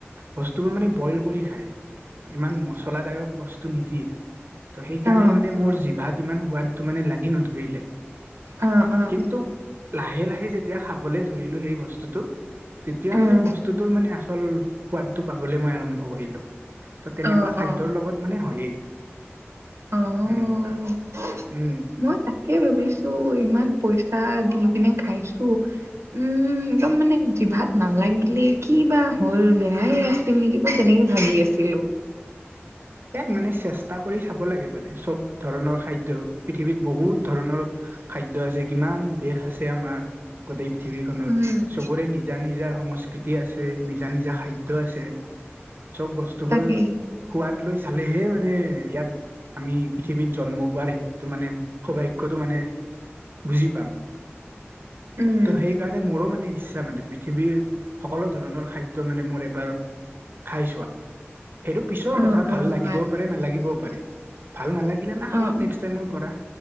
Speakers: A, on the right; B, on the right.
A: বস্তুবোৰ মানে বইল কৰি খায়। ইমান মস ত'ক বস্তু নিদিয়ে। ত, সেইকাৰণে
B: উম
A: মানে মোৰ জিভাত ইমান সোৱাদটো মানে লাগি নধৰিলে।
B: অ অ অ
A: কিন্তু লাহে-লাহে, সেই যেত তিয়া খাবলে ধৰিলো সেই বস্তুটো, তেতিয়া
B: উম
A: মানে বস্তুটোৰ মানে আচল সোৱাদটো পাবলৈ মই আৰম্ভ কৰিলো। ত' তেনেক
B: অ
A: খাদ্যৰ
B: অ
A: লগত মানে হয়েই।
B: অ'
A: উম উম
B: মই তাকে ভাবিছো ইমান পইচা দি পিনে খাইছো। উম, একডম মানে জিভাত নালাগিলে কিবা হ'ল। ব নাই এ এছ টি মিলিব তেনেকে ভাবি আছিলো।
A: ইয়াত মানে চেষ্টা কৰি চাব লাগে মানে, চব ধৰণৰ খাদ্য পৃথিৱীত বহুত ধৰণৰ খাদ্য আছে। কিমান দেশ আছে আমাৰ গোটেই পৃথিৱীখনত
B: উম
A: চবৰে নিজা-নিজা, সংস্কৃতি আছে, নিজা-নিজা খাদ্য আছে। চব বস্তুবোৰ
B: তাকে
A: সোৱাদ লৈ চাল ৱেহে মানে ইয়াত আমি পৃথিৱীত জন্ম পোৱাৰ হিতটো মানে সৌভাগ্যটো মানে বুজি পাম।
B: উম
A: ত' সেইকাৰণে মোৰ মানে ইচ্ছা মানে, পৃথিৱীৰ সকলো ধৰণৰ খাদ্য মানে মোৰ এবাৰ খাই চোৱা। পিছৰ
B: অ
A: কথা
B: অ
A: ভাল লাগিবও
B: হয়
A: পাৰে নালাগিবও পাৰে। ভাল নালাগিলে নাখাওঁ,
B: অ
A: নেক্সট টাইমৰ পৰা।